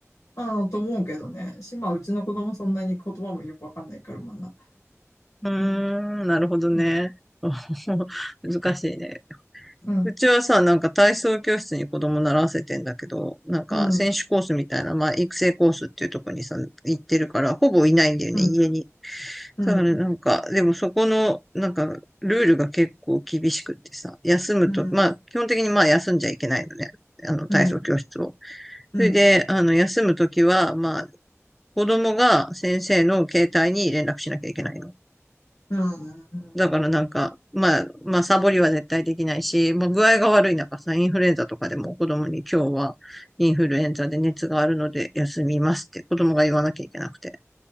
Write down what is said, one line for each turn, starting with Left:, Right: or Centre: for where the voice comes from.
Left: あ、あの、と思うけどね。し、まあ、うちの子供そんなに言葉もよくわかんないから、まだ。
Centre: うー
Left: うん
Centre: ん、なるほどね。
Left: うん、
Centre: <laughs> 難しいね。
Left: うん、
Centre: うちはさ、なんか体操教室に子供習わせてんだけど、なんか選手コースみたいな、
Left: うん、
Centre: まあ育成コースっていうとこにさ、行ってるから、ほぼいないんだよね、
Left: うん、
Centre: 家に。
Left: うん、
Centre: だからなんか、でもそこの、なんか、ルールが結構厳しくってさ、休むと、
Left: うん、
Centre: まあ基本的にまあ休んじゃいけないのね、あの体操教室を。
Left: うん、うん、
Centre: それで、あの、休むときは、まあ、子供が先生の携帯に連絡しなきゃいけないの。
Left: うん。
Centre: だからなんか、まあ、まあ、サボりは絶対できないし、まあ、具合が悪い中さ、インフルエンザとかでも子供に今日はインフルエンザで熱があるので休みますって子供が言わなきゃいけなくて。